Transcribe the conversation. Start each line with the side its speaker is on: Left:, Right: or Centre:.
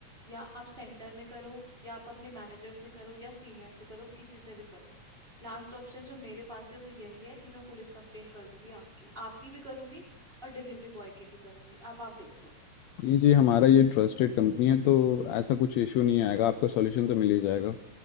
Right: या आप सेंटर में करो या आप अपने मैनेजर से करो या सीनियर से करो किसी से भी करो लास्ट ऑप्शन जो मेरे पास है वो यही है कि मैं पुलिस कंप्लेंट कर दूंगी आपकी आपकी भी करूंगी और डिलीवरी बॉय की भी करूंगी अब आप देख लो
Left: नहीं जी हमारा ये ट्रस्टेड कंपनी है तो ऐसा कुछ इशू नहीं आएगा आपका सॉल्यूशन तो मिल ही जाएगा